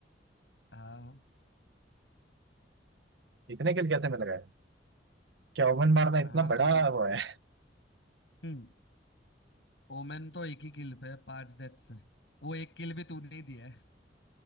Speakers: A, on the left; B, on the right.
A: हाँ
B: इतने के लिए कैसे मिल गए क्या ओवन मारना इतना
A: हाँ
B: बड़ा
A: तो
B: वो है
A: हम्म ओमेन तो एक ही किल पे है, पांच डेथ से वो एक किल भी तूने ही दिया